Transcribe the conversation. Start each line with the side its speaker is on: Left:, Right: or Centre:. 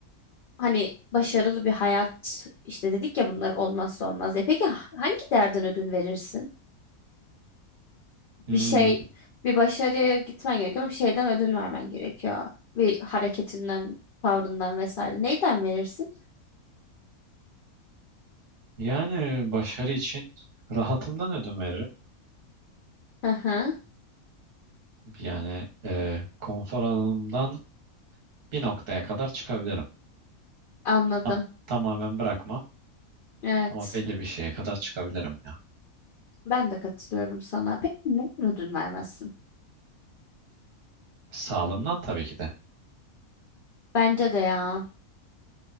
Left: hani başarılı bir hayat işte dedik ya bunlar olmazsa olmaz. E peki hangi değerden ödün verirsin?
Right: Hmm,
Left: bir şey bir başarıya gitmen gerekiyor ama bir şeyden ödün vermen gerekiyor. Bir hareketinden, tavrından vesaire. Neyden verirsin?
Right: yani e, başarı için rahatımdan ödün veririm.
Left: Hı hı,
Right: Yani e, konfor alanımdan bir noktaya kadar çıkabilirim.
Left: anladım.
Right: Tam, tamamen bırakmam
Left: Evet.
Right: ama belli bir şeye kadar çıkabilirim ya.
Left: Ben de katılıyorum sana. Peki neyden ödün vermezsin?
Right: Sağlığımdan tabii ki de.
Left: Bence de ya.